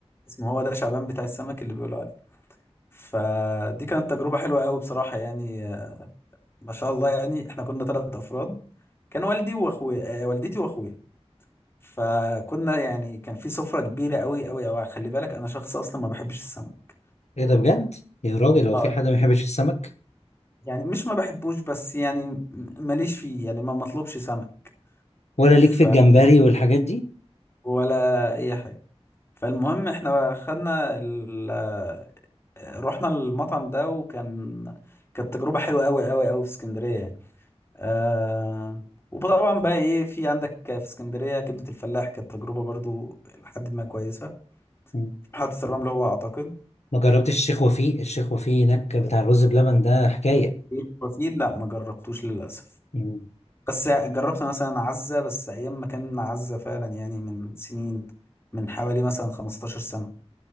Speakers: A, on the left; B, on the left.
A: اسمه هو ده شعبان بتاع السمك اللي بيقولوا عليه فدي كانت تجربة حلوة قوي بصراحة يعني آه، ما شاء الله يعني احنا كنا ثلاث افراد كان والدي واخويا آه، والدتي واخويا فكنا يعني كان في سفرة كبيرة قوي قوي قوي خلي بالك انا شخص اصلا ما بحبش السمك
B: ايه ده بجد يا راجل هو
A: اه
B: في حد ما يحبش السمك
A: يعني مش ما بحبوش بس يعني م- ماليش فيه يعني ما مطلوبش سمك
B: ولا
A: ف
B: ليك في الجمبري والحاجات دي
A: ولا اي حاجه فالمهم احنا خدنا ال... آه، رحنا المطعم ده وكان كانت تجربه حلوه قوي قوي قوي في اسكندريه يعني. آه... وطبعا بقى ايه في عندك في اسكندريه كبده الفلاح كانت تجربه برضو لحد ما كويسه
B: مم.
A: محطه الرمل هو اعتقد
B: ما جربتش الشيخ وفيق الشيخ وفيق هناك بتاع الرز بلبن ده حكايه
A: إيه، وفيه لا ما جربتوش للاسف
B: مم.
A: بس جربت مثلا عزة بس أيام ما كان عزة فعلا يعني من سنين من حوالي مثلا 15 سنة